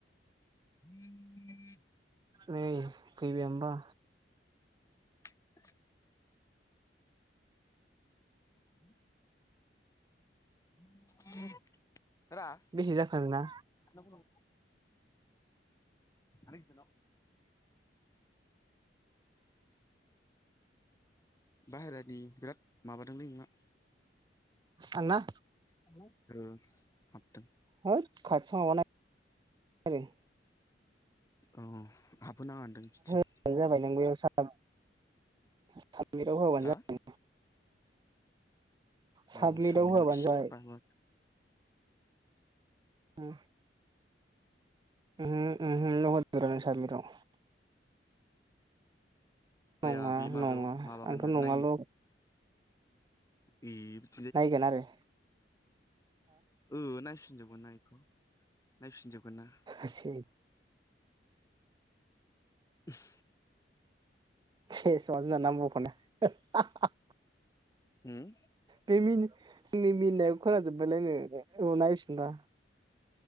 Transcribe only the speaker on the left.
<inaudible>
<inaudible> <inaudible> <inaudible>
आनै इसानाव बाहेरानि बिराद माबादोंलै नोंना
हेलौ ओ हाबदों
औ हाबबो नाङा दां बिदि
हा
औ साबमिदाव
इसे
बाबो
आया बे माबायाव
माबागोन
ना
नायनायाव <inaudible>
ओ नायफिनजोबगोन ना इखौ नायफिनजोबगोन ना।
<inaudible>
ङो <unintelligible>